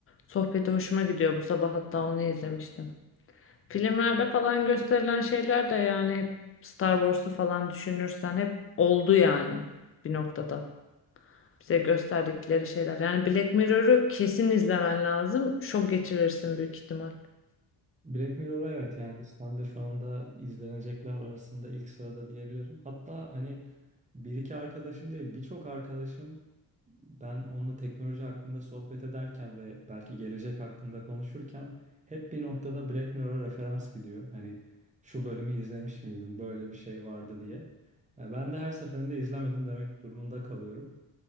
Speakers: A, on the left; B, on the right.
A: Sohbeti hoşuma gidiyor. Bu sabah hatta onu izlemiştim. Filmlerde falan gösterilen şeyler de yani hep Star Wars'u falan düşünürsen hep oldu yani bir noktada. Bize gösterdikleri şeyler. Yani Black Mirror'ı kesin izlemen lazım. Şok geçirirsin büyük ihtimal.
B: Black Mirror'a evet yani listemde şu anda izlenecekler arasında ilk sırada diyebilirim. Hatta hani bir iki arkadaşım değil birçok arkadaşım Ben onunla teknoloji hakkında sohbet ederken ve belki gelecek hakkında konuşurken hep bir noktada Black Mirror'a referans gidiyor. Hani şu bölümü izlemiş miydin, böyle bir şey vardı diye. E, Ben de her seferinde izlemedim demek durumunda kalıyorum.